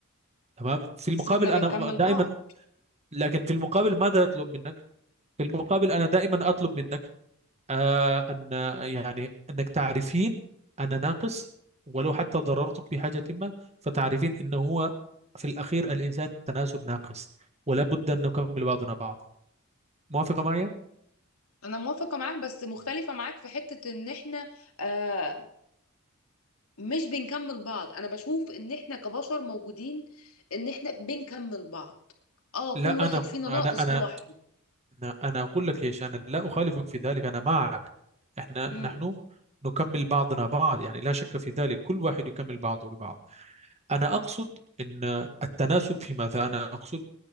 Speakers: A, on the right; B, on the left.
A: تمام في
B: بس
A: المقابل
B: احنا بنكمل
A: أنا دائما
B: بعض
A: لكن في المقابل ماذا أطلب منك في المقابل أنا دائما أطلب منك آه أن يعني أنك تعرفين أنا ناقص ولو حتى ضررتك بحاجة ما فتعرفين أنه هو في الأخير الإنسان تناسب ناقص ولا بد أن نكمل بعضنا بعض موافقة معي؟
B: انا موافقه معاك بس مختلفه معاك في حته ان احنا آه مش بنكمل بعض انا بشوف ان احنا كبشر موجودين ان احنا بنكمل بعض اه
A: لا
B: كل واحد
A: أنا
B: فينا ناقص
A: أنا أنا
B: لوحده
A: أنا أنا أقول لك إيش أنا لا أخالفك في ذلك أنا معك إحنا
B: امم
A: نحن نكمل بعضنا بعض يعني لا شك في ذلك كل واحد يكمل بعضه البعض أنا أقصد أن التناسب في ماذا أنا أقصد